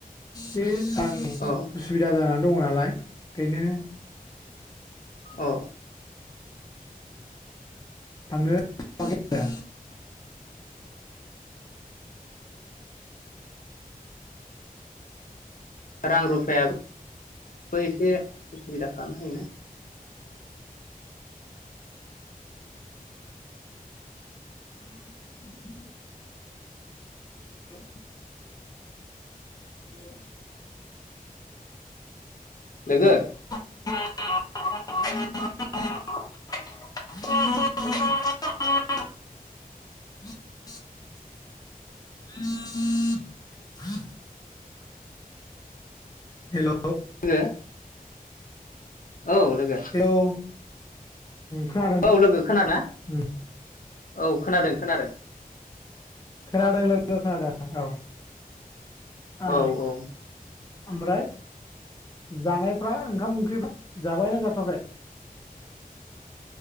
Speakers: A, on the left (about 25°); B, on the left (about 65°).
A: बे आं
B: औ
A: उसुबिदा जानानै दङ' नालाय बेनो
B: अ
A: थांनो हाथ'याखै
B: रां रुफाया बो एसे उसुबिदा खाना नोंना
A: <inaudible> <inaudible> उम
B: लोगो
A: <unintelligible> <inaudible> हेल'
B: <unintelligible> औ लोगो
A: हेल' उम, खोनादों
B: औ लोगो खोनाना
A: उम,
B: औ खोनादों खोनादों
A: खोनादों लोगो खोनादों औ आ
B: औ औ
A: ओमफ्राय जानायफ्रा ओंखाम ओंख्रि जाबायना हाथ'याखै